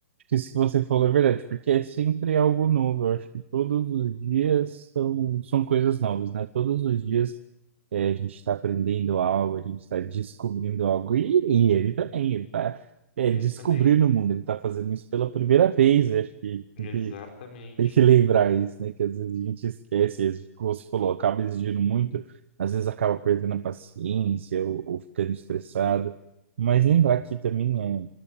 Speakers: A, on the right; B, on the left.
A: que isso que você falou é verdade, porque é sempre algo novo. Eu acho que todos os dias são, são coisas novas, né? Todos os dias é, a gente está aprendendo algo, a gente está descobrindo algo, e, e ele também, ele está é,
B: Ele
A: descobrindo
B: também.
A: o mundo, ele está fazendo isso pela primeira vez. Eu Acho que
B: Exatamente.
A: tem que, tem que lembrar isso, né? Que às vezes a gente esquece, às vezes, como você falou, acaba exigindo muito, às vezes acaba perdendo a paciência ou ou ficando estressado. Mas
B: Uhum.
A: lembrar que também é,